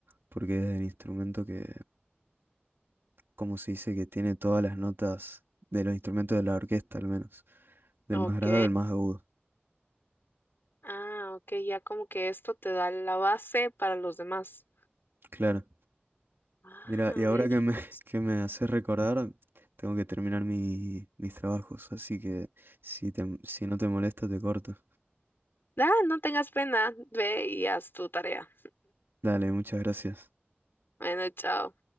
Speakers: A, on the right; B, on the left.
A: porque es el instrumento que, como se dice, que tiene todas las notas de los instrumentos de la orquesta al menos, del
B: Ok.
A: más grave al más agudo,
B: Ah, ok, ya como que esto te da la base para los demás.
A: claro.
B: Ah,
A: Mira, y ahora
B: ve,
A: que
B: qué
A: me,
B: interesante.
A: <laughs> que me haces recordar, tengo que terminar mi- mis trabajos, así que si te- si no te molesta, te corto.
B: Ah, no tengas pena, ve y haz tu tarea.
A: Dale, muchas gracias.
B: Bueno, chao.